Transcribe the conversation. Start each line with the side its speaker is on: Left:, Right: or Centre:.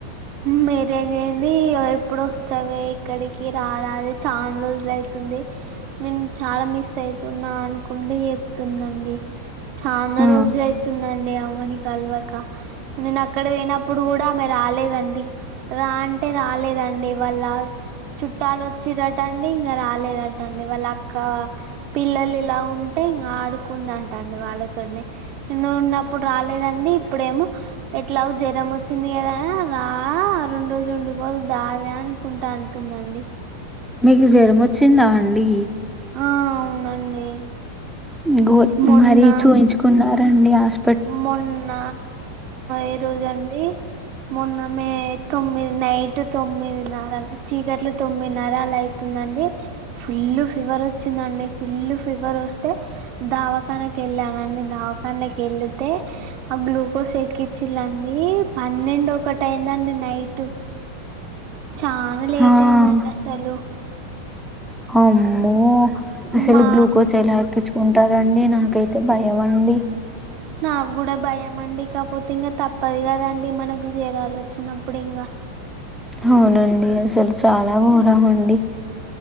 Right: మిరేదేంది ఎప్పుడు వస్తావే ఇక్కడికి రారాదే చాన్ రోజులై అవుతుంది నేను చాలా మిస్ అవుతున్నా అనుకుంట చెప్తుందండి చానా
Centre: ఆ
Right: రోజులు ఐతుందండి ఆమెని కల్వక నేను అక్కడ పోయినప్పుడు కూడా ఆమె రాలేదండి రా అంటే రాలేదండి వాళ్ళ చుట్టాలు ఓచ్చిరటండి ఇంకా రాలేదటండి వాళ్ళు అక్క పిల్లలు ఇలా ఉం టే ఇంగా ఆడుకుందంట అండి వాళ్ళతోని నేను ఉన్నప్పుడు రాలేదండి ఇప్పుడేమో ఎట్లాగ జ్వరం వచ్చింది కదా రా రెండు రోజులు ఉండిపోదు దావే అనుకుంటా అంటుంది దండి
Centre: మీకు జ్వరం వచ్చిందా అండి
Right: ఆ అవునండి
Centre: గో
Right: మొన్న
Centre: మరీ చూయించుకున్నరా అండి ఆస్
Right: మొన్న ఏ రోజండి మొన్న మే తొమ్మిది నైట్ తొమ్మిది నార చీకట్లు తొమ్మిది నర అట్ల అవుతుందండి ఫుల్ ఫీవర్ వచ్చిందండి ఫుల్ ఫీవర్ ఓస్తే దవాకాన కేళ్ళానండి దవాఖాన వెళితే ఆ గ్లూకోస్ ఎక్కించిలండి పన్నెండు ఒకటి అయిందండి నైట్ <inaudible> చాలా లేట్
Centre: ఆ అమ్మో
Right: అయిందండి అసలు
Centre: అమ్మో అసలు
Right: మా
Centre: గ్లూకోజ్ ఎలా ఎక్కించుకుంటారుండి నాకైతే భయం అండి
Right: నాకు కూడా భయం అండి కాకపోతే ఇంకా తప్పదు కదండి మనకి జెరలు వచ్చినప్పుడు ఇంకా
Centre: అవునండి అసలు చాలా ఘోరంమండి